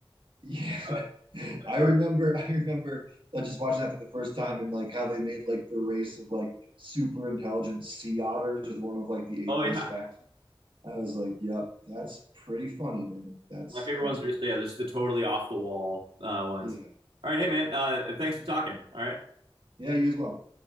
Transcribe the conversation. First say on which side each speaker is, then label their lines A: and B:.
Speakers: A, on the right (about 60°); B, on the right (about 80°).
A: yeah.
B: <laughs> Uh,
A: Yeah. <laughs> I
B: for,
A: remember I remember uh, just watching that for the first time and like how they made like the race of like super intelligent sea otters as one of like the
B: oh
A: atheist
B: yeah
A: factions. I was like, yep, that's pretty funny, man. That's
B: my favorite
A: that's
B: ones are just yeah, just the totally off the wall uh, ones.
A: yeah.
B: All right, hey man, uh, thanks for talking. All right.
A: Yeah, you as well.